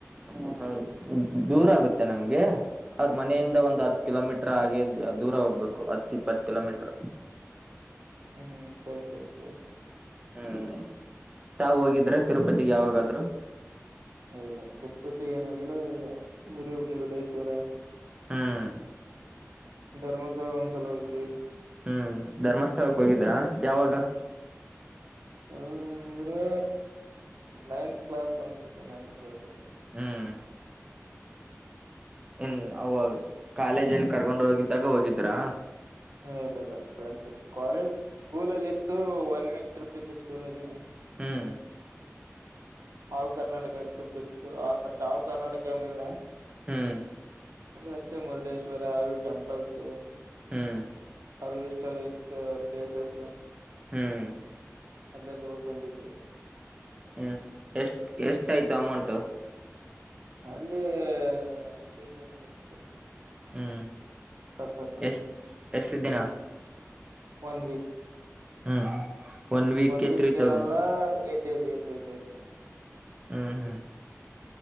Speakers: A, on the right; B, on the right.
A: ಹ್ಮ ದೂರ ಆಗುತ್ತೆ ನಮ್ಗೆ ಅವ್ರ ಮನೆಯಿಂದ ಒಂದ್ ಹತ್ ಕಿಲೋಮೀಟರ್ ಆಗ ದೂರ ಹೋಗ್ಬೇಕು ಹತ್ ಇಪ್ಪತ್ತು ಕಿಲೋಮೀಟರ್.
B: ಹ್ಮ್ ಹ್ಮ್ ಸರಿ ಸರಿ ಸರಿ ಸರಿ.
A: ಹ್ಮ್ ತಾವ ಹೋಗಿದ್ರಾ ತಿರುಪತಿಗೆ ಯಾವಾಗಾದ್ರೂ.
B: ಇಲ್ಲ ತಿರುಪತಿಗ ಏನ ಹೋಗಿಲ್ಲಾ ಮೂರು ಮುರುಡೇಶ್ವರಾ.
A: ಹ್ಮ್.
B: ಡ್ರಾಮಸ್ಥಳ ಒಂದ್ಸಲ ಹೋಗಿವಿ.
A: ಹ್ಮ್ ಧರ್ಮಸ್ಥಳಕ್ ಹೋಗಿದ್ದ ಯಾವಾಗ.
B: ಯಾವಾಗಂದ್ರೆ ನೈನ್ತ್ ಕ್ಲಾಸ್ ಅನ್ಸುತ್ತೆ ನೈನ್ತ್ ಕ್ಲಾಸ್ಲ್ಲಿ.
A: ಹ್ಮ್. ಹ್ಮ್ ಅವಾಗ ಕಾಲೇಜಲ್ಲಿ ಕರ್ಕೊಂಡು ಹೋಗಿದ್ದಾಗ ಹೋಗಿದ್ರಾ.
B: ಏ ಇಲ್ಲ ಇಲ್ಲ ಫ್ರೆಂಡ್ಸ್ ಕಾಲೇಜ್ ಸ್ಕೂಲಲ್ಲಿ ಇತ್ತು ಒನ್ ವೀಕ್ ಟ್ರಿಪ್ ಇತ್ತು ಸ್ಕೂಲ ಅಲ್ಲಿ.
A: ಹ್ಮ್.
B: ಆಲ್ ಕರ್ನಾಟಕ ಟಿಪ್ ಇತ್ತು ಆ ಬಟ್ ಆಲ್ ಕರ್ನಾಟಕ ಏನ ಇಲ್ಲ.
A: ಹ್ಮ್.
B: ಅಂದ್ರೆ ಅಷ್ಟೇ ಮುರುಡೇಶ್ವರ ಅವು ಟೆಂಪಲ್ಸ್.
A: ಹ್ಮ್.
B: <unintelligible>
A: ಹ್ಮ್.
B: ಅಲ್ಲೆಲ್ಲಿ ಹೋಗಿ ಬಂದಿದ್ವಿ.
A: ಹ್ಮ್ ಎಷ್ಟ್ ಎಷ್ಟ ಆಯ್ತು ಅಮೌಂಟ್.
B: ಅಲ್ಲಿ ತ್ರೀ ತೌಸಂಡ್ ಅಷ್ಟೇ.
A: ಹ್ಮ್
B: ಪರ್ ಪರ್ಸನ್
A: ಎಷ್ಟ ಎಷ್ಟ್ ದಿನಾ.
B: One week.
A: ಹ್ಮ್. ವೀಕ್ಗೆ
B: ಒನ್ ವೀಕ್
A: ತ್ರೀ ತೌಸಂಡ್
B: ಏನಲ್ಲಾ ಏಟ್ ಡೇಸ್ ಏಟ್ ಡೇಸ್ ಐತೆ.
A: ಹ್ಮ್ ಹ್ಮ್.